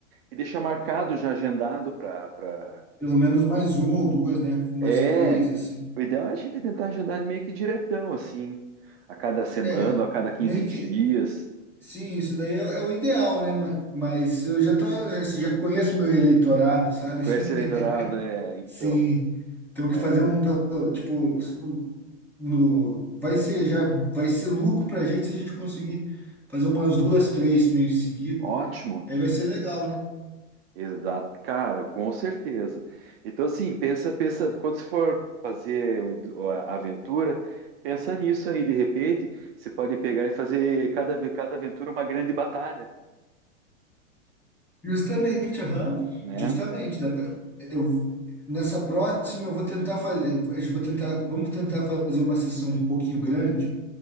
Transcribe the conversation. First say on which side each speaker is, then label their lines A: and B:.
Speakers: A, on the right; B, in the centre.
A: e deixa marcado já agendado para pra...
B: pelo menos mais uma ou duas, né? Umas
A: É,
B: três, assim.
A: o ideal é a gente tentar agendar meio que diretão, assim, a cada semana,
B: É,
A: ou a cada quinze
B: meio
A: dias.
B: que. Sim, isso daí é, é o ideal, né? Ma- Mas eu já tô, já, já conheço meu eleitorado, sabe?
A: Com esse eleitorado,
B: <laughs>
A: é, então,
B: Sim, temos
A: mas
B: que fazer um, pelo- tipo, um- no, vai ser já, vai ser lucro pra gente se a gente conseguir fazer umas duas, três meio seguida,
A: ótimo,
B: aí vai ser legal, né?
A: exato, cara, com certeza. Então, assim, pensa, pensa, quando você for fazer o- a aventura, pensa nisso aí, de repente, você pode pegar e fazer cada, cada aventura uma grande batalha,
B: Justamente, aham,
A: né?
B: justamente, dá pra, eu, nessa próxima eu vou tentar fazer, a gente vai tentar, vamos tentar fazer uma sessão um pouquinho grande,